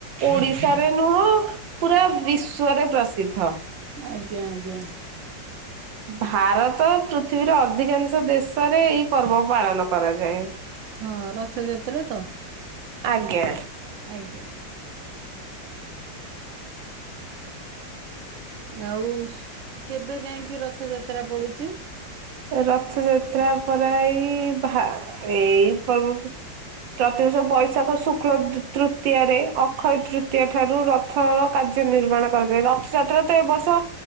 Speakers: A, on the right; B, on the right.
A: ଓଡିଶାରେ ନୁହଁ ପୁରା ବିଶ୍ ବିଶ୍ୱରେ ପ୍ରସିଦ୍ଧ।
B: ଆଜ୍ଞା ଆଜ୍ଞା।
A: ଭାରତ ପୃଥିବୀର ଅଧିକାଂଶ ଦେଶରେ ଏଇ ପର୍ବ ପାଳନ କରାଯାଏ।
B: ହଁ ରଥଯାତ୍ରା ତ
A: ଆଜ୍ଞା।
B: ଆଜ୍ଞା ଆଜ୍ଞା। ଆଉ କେବେ ଯାଇକି ରଥଯାତ୍ରା ପଡୁଚି।
A: ରଥଯାତ୍ରା ପରା ଏଇ ଭା ଏଇ ପର୍ବ ପ୍ରତିବର୍ଷ ବୈଶାଖ ଶୁକ୍ଳ ତୃତୀୟାରେ ଅକ୍ଷୟ ତୃତୀୟ ଠାରୁ ର ରଥର କାର୍ଯ୍ୟ ନିର୍ମାଣ କରାଯାଏ ରଥଯାତ୍ରା ତ ଏ ବର୍ଷ